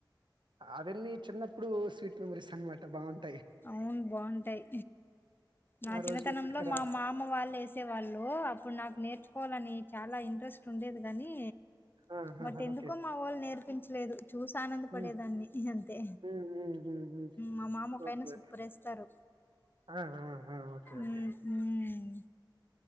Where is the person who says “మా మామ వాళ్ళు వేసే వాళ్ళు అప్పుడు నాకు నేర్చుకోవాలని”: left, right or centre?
Left